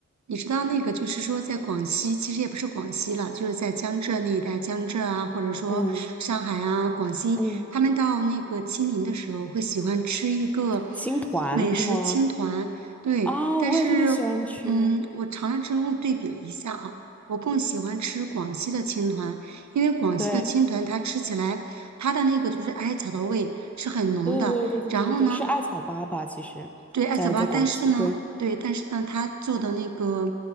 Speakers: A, on the right; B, in the centre.
A: 你知道那个，就是说，在广西，其实也不是广西了，就是在江浙那一带，江浙啊，或者说上海啊、
B: 嗯。
A: 广西，
B: 嗯，
A: 他们到那个清明的时候，会喜欢吃一个
B: 青团是吗？
A: 美食青团。对，
B: 啊、
A: 但是，
B: 我也特别喜欢吃。
A: 嗯，我尝了之后对比了一下啊，我更喜欢吃广西的青团，因为广西的青团它吃起来，
B: 对，
A: 它的那个就是艾草的味是很浓的，
B: 对对对对对对对对，
A: 然后呢，
B: 是艾草粑粑，其实，
A: 对，艾草吧，
B: 在在广西，
A: 但是呢，
B: 对，
A: 对，但是呢，它做的那个